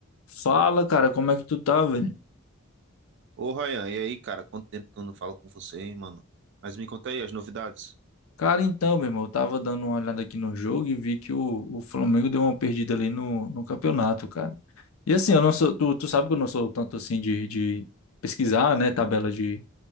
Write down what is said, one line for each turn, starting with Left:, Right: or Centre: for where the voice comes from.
Left: Fala, cara, como é que tu tá, velho?
Right: Ô, Ryan, e aí, cara? Quanto tempo que eu não falo com você, hein, mano? Mas me conta aí as novidades.
Left: Cara, então, meu irmão, eu tava dando uma olhada aqui no jogo e vi que o, o Flamengo deu uma perdida ali no, no campeonato, cara. E assim, eu não sou, tu, tu sabe que eu não sou tanto assim de, de pesquisar, né, tabela de,